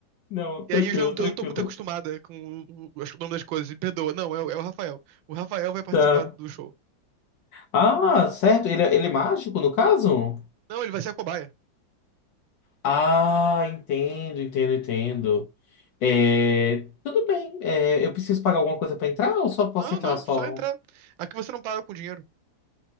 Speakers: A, on the left; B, on the right.
A: Não,
B: E
A: tranquilo,
B: aí eu já não tô,
A: tranquilo.
B: eu não tô muito acostumada com o, o- acho que o nome das coisas. Me perdoa. Não, é, o- é o Rafael. O Rafael vai participar
A: Tá.
B: do show.
A: Ah, certo. Ele, é- ele é mágico, no caso?
B: Não, ele vai ser a cobaia.
A: Ah, entendo, entendo, entendo. É, tudo bem. É, eu preciso pagar alguma coisa pra entrar ou só posso
B: Não,
A: entrar
B: não,
A: só?
B: só entrar. Aqui você não paga com dinheiro.